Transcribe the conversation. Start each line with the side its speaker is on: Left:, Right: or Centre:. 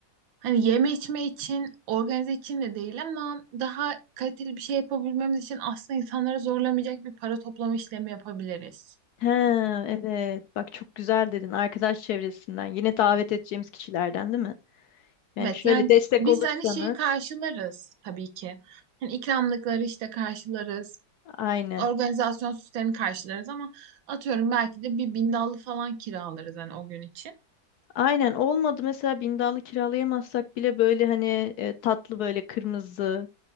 Right: hani yeme içme için, organize için de değil ama daha kaliteli bir şey yapabilmemiz için aslında insanları zorlamayacak bir para toplama işlemi yapabiliriz.
Left: He, evet. Bak çok güzel dedin. Arkadaş çevresinden. Yine davet edeceğimiz kişilerden değil mi? Yani
Right: Evet
Left: şöyle
Right: yani
Left: destek
Right: de- biz
Left: olursanız.
Right: hani şeyi karşılarız tabii ki. Hani ikramlıkları işte karşılarız.
Left: Aynen.
Right: Organizasyon süslerini karşılarız ama atıyorum belki de bir bindallı falan kiralarız hani o gün için.
Left: Aynen olmadı mesela bindallı kiralayamazsak bile böyle hani e, tatlı böyle kırmızı